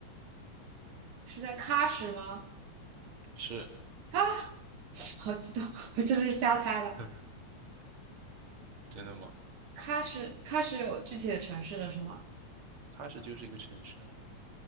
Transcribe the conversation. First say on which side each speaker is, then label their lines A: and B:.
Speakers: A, on the right; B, on the right.
A: 是在喀什吗？
B: 是，
A: 啊，<laughs> 好激动，<laughs> 我这是瞎猜的。
B: <laughs> 真的吗？
A: 喀什，喀什有具体的城市的是吗？
B: 喀什就是一个城市啊，